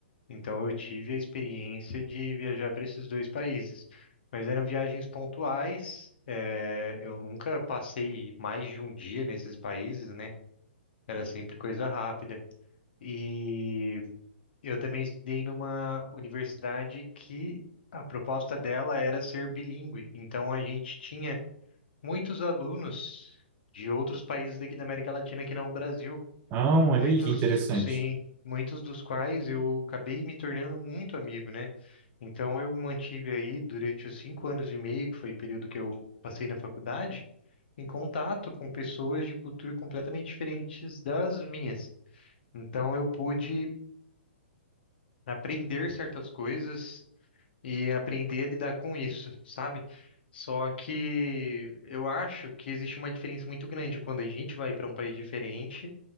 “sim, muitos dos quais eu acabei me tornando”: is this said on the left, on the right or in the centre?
Left